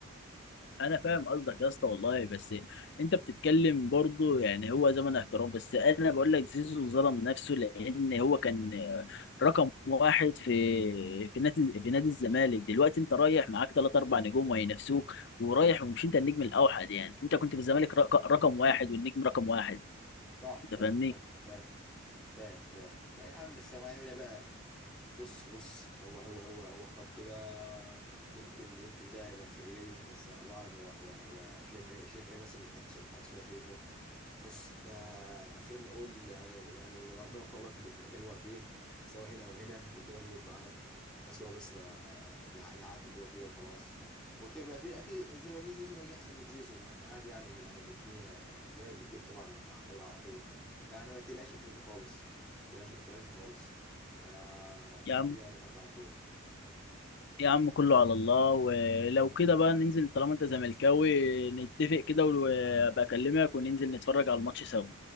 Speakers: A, on the left; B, in the centre.
A: انا فاهم قصدك يا اسطى والله بس انت بتتكلم برضو يعني هو زمن احترام بس انا بقول لك زيزو ظلم نفسه لان هو كان رقم واحد في في نادي في نادي الزمالك دلوقتي انت رايح معاك ثلاث اربع نجوم وهينافسوك ورايح ومش انت النجم الاوحد يعني انت كنت في الزمالك رق- رقم واحد والنجم رقم واحد
B: صح
A: انت
B: فاهم
A: فاهمني
B: فاهم فاهم فاهم فاهم لا يا عم بس هو هيعمل ايه بقى بص بص هو هو هو هو اختار كده يمكن يمكن ده يبقى خير ليه بس الله اعلم هو هو هو شايف ايه شايف ايه مثلا ما حدش ما حدش فينا شايفه بص احنا خلينا نقول يعني يعني وربنا يوفقه بقى في ال- في المكان اللي هو فيه سواء هنا او هنا والدنيا تظبط معاه بحيث هو بس ما يع- يعدي اللي هو فيه وخلاص وخير ما فيه اكيد زي ما جه زيزو هيجي احسن من زيزو ما أنا عادي يعني يعني الدنيا الزمالك بتجيب طبعا عتاولة على طول فيعني ما تقلقش من الحته دي خالص ما تقلقش ما تقلقش خالص آه
A: يا عم
B: الدنيا يعني هتعدي على طول
A: يا عم كله على الله ولو كده بقى ننزل طالما انت زملكاوي نتفق كده وابقى اكلمك وننزل نتفرج على الماتش سوا